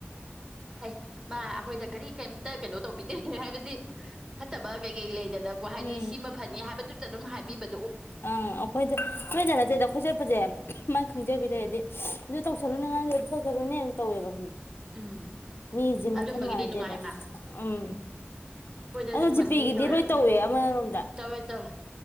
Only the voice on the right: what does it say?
ꯐꯩ ꯃꯥ ꯑꯩꯈꯣꯏꯗ ꯀꯔꯤ ꯀꯔꯤ ꯑꯝ ꯀꯩꯅꯣ ꯇꯧꯕꯤꯗꯦ ꯍꯥꯏꯕꯗꯤ ꯐꯠꯇ ꯕ ꯀꯒ ꯏ ꯂꯩ ꯗꯅꯀꯣ ꯍꯥꯏꯗꯤ
ꯁꯤꯃ ꯐꯅꯤ ꯍꯥꯏꯕꯗꯨ ꯑꯗꯨꯝ ꯍꯥꯏꯕꯤꯕ
ꯎꯝ
ꯑꯗꯨꯝꯕꯒꯤꯗꯤ
ꯅꯨꯡꯉꯥꯏꯃ
ꯑꯩꯈꯣꯏꯗꯁꯨ
ꯐꯣꯟ
ꯍꯦꯛ ꯇꯧꯔꯛꯑꯒ
ꯇꯧꯋꯦ ꯇꯧꯋꯦ